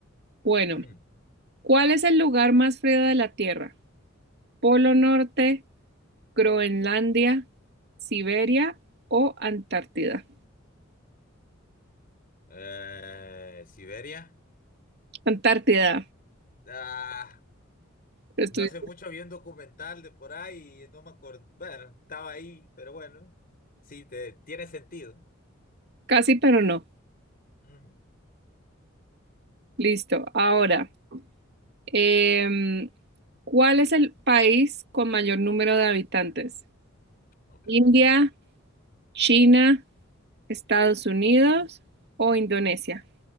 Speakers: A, on the right (about 55°); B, on the left (about 45°).
A: Bueno,
B: <laughs>
A: ¿cuál es el lugar más frío de la Tierra? ¿Polo Norte, Groenlandia, Siberia o Antártida?
B: Eh, Siberia.
A: Antártida.
B: Ah,
A: Estoy
B: No hace mucho vi un documental de por ahí y no me acuerdo. Bueno, estaba ahí, pero bueno, sí, te, tiene sentido.
A: casi, pero no.
B: Ujú,
A: Listo. Ahora, em, ¿cuál es el país con mayor número de habitantes?
B: Ok.
A: ¿India, China, Estados Unidos o Indonesia?